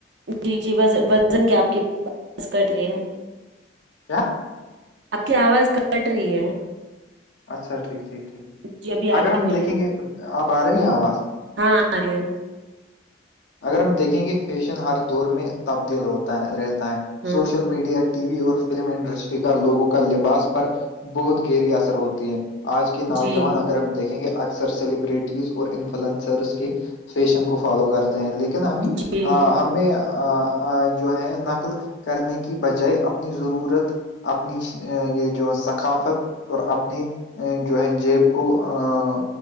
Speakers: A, on the right; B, on the left.
A: جی جی وزن وزن کیا آپ کی آواز کٹ رہی ہے
B: کیا
A: آپ کی آواز کٹ رہی ہے
B: اچھا ٹھیک ٹھیک ٹھیک
A: جی ابھی آئے
B: ہم
A: بولیے
B: دیکھیں گے ا ب آری
A: ہ
B: ہے آواز
A: ہاں آ رہی ہے
B: اگر ہم دیکھیں گے فیشن ہر دور میں تبدیل ہوتا ہے رہتا ہے
A: ہ
B: سوشل میڈیا ٹی وی اور فلم انڈسٹری کا لوگوں کا لباس پر بہت گہری اثر ہوتی ہے آج کے نوجوان
A: جی
B: اگر ہم دیکھیں گے سب سلیبریٹیز اور انفلوئنسر کے فیشن کو فالو کر تے ہیں لیکن ہمیں
A: جی
B: ہمیں ا ا جو ہے نقل کرنے کی بجائے اپنی ضرورت اپنی چ ہ یہ جو ثقافت اور اپنی ا جو ہے جیب کو ا